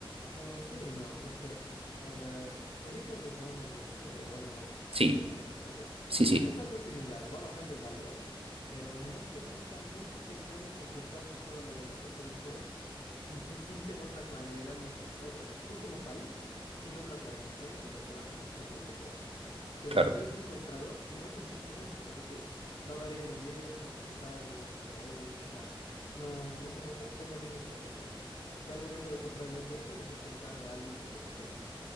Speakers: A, on the left; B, on the right.
A: Ah, sí, no, es que, a ver, ubicas los bonos del tesoro, bonos
B: Sí,
A: que emiten los países.
B: sí, sí,
A: Es algo similar, va bajando el valor, pero no se nota mucho que digamos porque está ajustado a lo de la tasa de interés. Y sí, sí se nota cuando digamos, o o sea, tú como país, sí notas la emisión y lo que baja el precio de esos bonos. Pero
B: claro.
A: si tú eres un comprador, no se siente mucho, es decir, va variando 10, 15 centavos por ahí, o sea, no, no se nota. Es lo mismo con los ETFs. Tú al momento de comprar el ETF le estás comprando a alguien ese papelito.